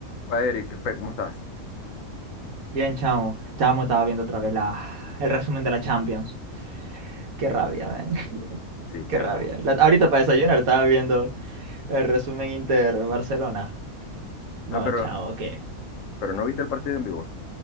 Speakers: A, on the left; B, on the right.
A: Pa, Eric, ¿qué fue? ¿Cómo estás?
B: Bien, chamo. Chamo, estaba viendo otra vez la, el resumen de la Champions. Qué rabia, ven. <laughs>
A: Sí,
B: Qué
A: chamo.
B: rabia. La- ahorita para desayunar estaba viendo el resumen Inter Barcelona. No,
A: Ah, pero,
B: chavo, ¿qué?
A: pero no viste el partido en vivo.